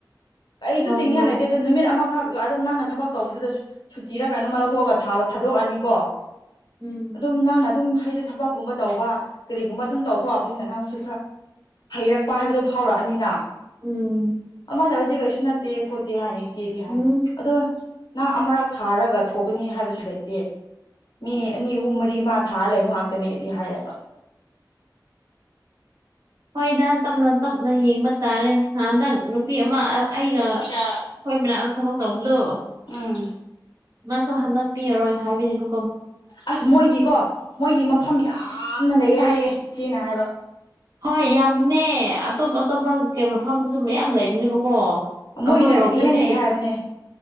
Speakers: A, on the left; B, on the right.
A: ꯑꯩꯁꯨ
B: ꯍꯣꯏ
A: ꯇꯤꯡꯅꯤꯡꯉ
B: ꯍꯣꯏ
A: ꯂꯩꯇꯦ ꯑꯗꯨ ꯅꯨꯃꯤꯠ ꯑꯃꯈꯛ ꯑꯗꯨꯝ ꯅꯪꯅ ꯊꯕꯛ ꯇꯧꯕꯗꯨꯗꯁꯨ ꯁꯨꯇꯤꯔ ꯀꯩꯅꯣꯃ ꯂꯧꯊꯣꯛꯑꯒ ꯊꯥꯕ ꯊꯥꯗꯣꯛꯑꯅꯤꯀꯣ
B: ꯎꯝ
A: ꯑꯗꯨꯝ ꯅꯪꯅ ꯑꯗꯨꯝ ꯍꯗꯨ ꯊꯕꯛꯀꯨꯝꯕ ꯇꯧꯕ ꯀꯔꯤꯒꯨꯝꯕ ꯑꯗꯨꯝ ꯇꯧꯊꯣꯛꯑꯕꯅꯤꯅ ꯅꯪꯁꯨ ꯈꯔ ꯍꯩꯔꯛꯄ ꯍꯥꯏꯕꯗꯨꯣ ꯐꯥꯎꯔꯛꯑꯅꯤꯅ
B: ꯎꯝ
A: ꯑꯃ ꯇꯧꯔꯗꯤ ꯀꯩꯁꯨ ꯅꯠꯇꯦ ꯈꯣꯠꯇꯦ ꯍꯥꯏꯅꯤ ꯏꯆꯦꯗꯤ ꯍꯥꯏ
B: ꯎꯝ
A: ꯑꯗꯣ ꯅꯪ ꯑꯃꯨꯔꯛ ꯊꯥꯔꯒ ꯊꯣꯛꯀꯅꯤ ꯍꯥꯏꯕꯁꯨ ꯂꯩꯇꯦ ꯃꯤ
B: ꯎꯝ
A: ꯑꯅꯤ ꯑꯍꯨꯝ ꯃꯔꯤ ꯊꯥ ꯂꯩꯕ ꯉꯥꯛꯇꯅꯦꯗꯤ ꯍꯥꯏꯌꯦꯕ
B: ꯍꯣꯏꯗ ꯇꯞꯅ ꯇꯞꯅ ꯌꯦꯡꯕ ꯇꯥꯔꯦ ꯅꯟꯗꯪ ꯅꯨꯄꯤ ꯑꯃ ꯑꯩꯒ ꯑꯩꯈꯣꯏ
A: ꯁꯤꯔ
B: ꯃꯅꯥꯛꯇ ꯊꯕꯛ ꯇꯧꯕꯗꯣ
A: ꯎꯝ
B: ꯃꯥꯁꯨ ꯍꯟꯗꯛꯄꯤꯔꯔꯣꯏ ꯍꯥꯏꯕꯅꯤꯕꯨ
A: ꯑꯁ ꯃꯣꯏꯒꯤꯀꯣ ꯃꯣꯏꯒꯤ ꯃꯐꯝ ꯌꯥꯝꯅ ꯂꯩꯌꯦ ꯍꯥꯏꯌꯦꯦ ꯏꯆꯦꯅ ꯍꯥꯏꯕ
B: ꯍꯣꯏ ꯌꯥꯝꯅꯦ ꯑꯇꯣꯞ ꯑꯇꯣꯞꯄ ꯀꯩ ꯃꯐꯝꯁꯨ ꯃꯌꯥꯝ ꯂꯩꯕꯅꯦꯕꯀꯣ ꯑꯩꯈꯣꯏꯔꯣꯝꯗꯗꯤ
A: ꯃꯣꯏꯒꯤꯅꯗꯤ ꯏꯍꯦꯟ ꯍꯦꯜꯂꯦ ꯍꯥꯏꯕꯅꯦ